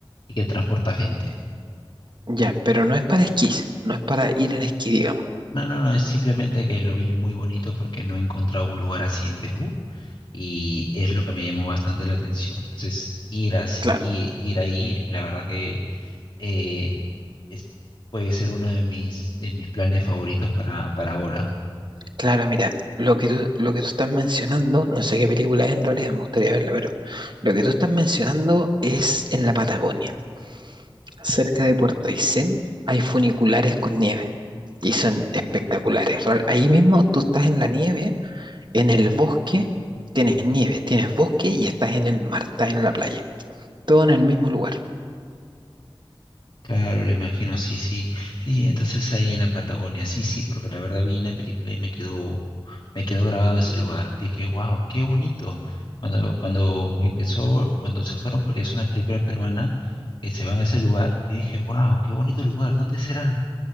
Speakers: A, on the left; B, on the right.
A: y que transporta gente.
B: ya, pero no es para esquís, no es para ir en esquí, digamos.
A: No, no, no, es simplemente que lo vi muy bonito porque no he encontrado un lugar así en Perú y es lo que me llamó bastante la atención. Entonces, ir, as-
B: Claro,
A: i- ir ahí, la verdad que eh, es- puede ser uno de mis, de mis planes favoritos para, para ahora.
B: claro, mira, lo que tú, lo que tú estás mencionando, no sé qué película es en realidad, me gustaría verla, pero lo que tú estás mencionando es en la Patagonia. Cerca de Puerto Aysén hay funiculares con nieve y son espectaculares. Real- Ahí mismo tú estás en la nieve En el bosque tienes nieve, tienes bosque y estás en el mar, estás en la playa. Todo en el mismo lugar.
A: Claro, le imagino, sí, sí, sí, sí, entonces ahí en la Patagonia, sí, sí, porque la verdad vi en la película y me quedó, me quedó grabado ese lugar. Dije, wow, qué bonito. Cuando, cuando empezó, cuando se fueron, porque es una película peruana, que se van a ese lugar, y dije, wow, qué bonito lugar, ¿dónde será?